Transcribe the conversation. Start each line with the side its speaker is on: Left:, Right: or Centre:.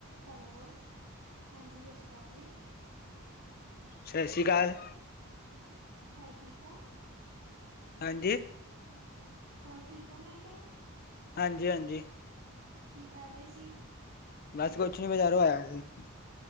Right: ਹੈਲੋ, ਹਾਂਜੀ ਸਤਿ ਸ਼੍ਰੀ ਅਕਾਲ ਜੀ।
Left: ਸਤਿ ਸ਼੍ਰੀ ਅਕਾਲ।
Right: ਹੋਰ ਠੀਕ ਐ।
Left: ਹਾਂਜੀ।
Right: ਹੋਰ ਠੀਕ ਹੋ ਮੈਂ ਕਿਆ।
Left: ਹਾਂਜੀ ਹਾਂਜੀ।
Right: ਕੀ ਕਰ ਰੇ ਸੀ।
Left: ਬਸ ਕੁਛ ਨੀਂ ਬਜਾਰੋਂ ਆਇਆ ਸੀ।